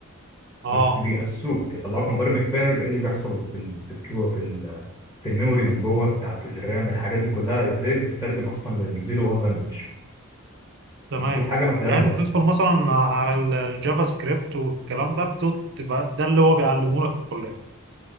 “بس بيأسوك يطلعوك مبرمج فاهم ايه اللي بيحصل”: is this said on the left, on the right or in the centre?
Left